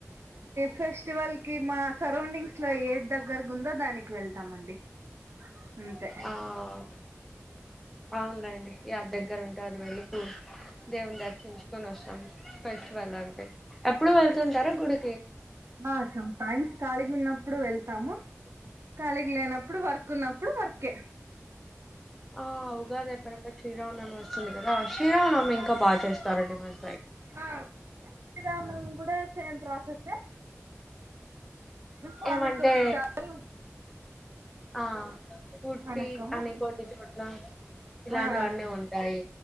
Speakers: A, on the right; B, in the centre.
A: ఫెస్టివల్ మా సరౌండింగ్స్ లో ఏ దగ్గరగా ఉందో దానికి వెళ్తామండి అంతే
B: ఆ అవునులేండి యా దగ్గర ఉంటే అది వెళ్ళిూ దేవుని దర్శించుకొని వస్తాం ఫెస్టివల్ అంటే ఎప్పుడు వెళ్తుంటారా గుడి
A: ఆ సామ్ టైమ్స్ కాలగి ఉన్నప్పుడు వెళ్త ాము కలిగి లేనప్పుడు వర్క్ ఉన్నప్పుడు వర్కే
B: ఆ ఉగాది అయిపోయినాక శ్రీరావునమి వస్తుంది కదా శ్రీరామానమి ఇంకా బాగా చేస్తారండి మరి
A: ఆ శ్రీరామ్ నవమి కూడ సేమ్ ప్రాసెస్ ఎ పనకం
B: ఏమంటే
A: ఇస్తారు
B: ఆ కుుటి
A: పానకము
B: అని కొన్ని చోట్ల ఇలాంటివన్నీ
A: ఆ
B: ఉంటాయి